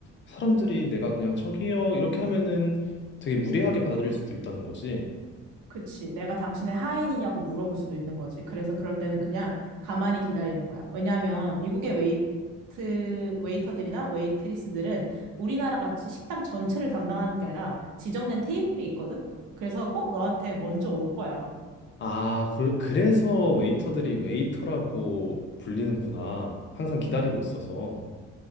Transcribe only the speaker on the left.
사람들이 내가 그냥 저기요 이렇게 하면은 되게 무례하게 받아들일 수도 있다는 거지.
아, 그, 그래서 웨이터들이 웨이터라고 불리는구나. 항상 기다리고 있어서.